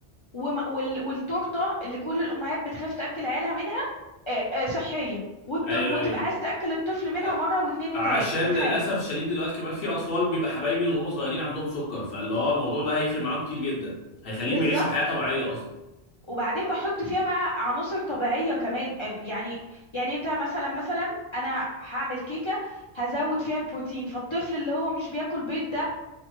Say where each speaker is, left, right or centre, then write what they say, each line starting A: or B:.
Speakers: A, on the left; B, on the left.
A: وم... وال... والتورتة اللي كل الأمهات بتخاف تأكل عيالها منها آه، آه، صحية وت...
B: ايوه
A: وتبقى
B: ايوه
A: عايز تأكل الطفل منها
B: أ-
A: مرة واتنين وتلاتة
B: عشان
A: تخيل
B: للاسف شديد دلوقتي كمان في اطفال بيبقى حبايبي وهم صغيرين عندهم سكر فاللي هو الموضوع ده هيفرق معاهم كتير جدا هيخليهم
A: بالظبط
B: يعيشوا حياه طبيعيه اصلا
A: وبعدين بحط فيها بقى عناصر طبيعية كمان أن- يعني يعني انت مثلا مثلا انا هعمل كيكة هزود فيها البروتين فالطفل اللي هو مش بياكل بيض ده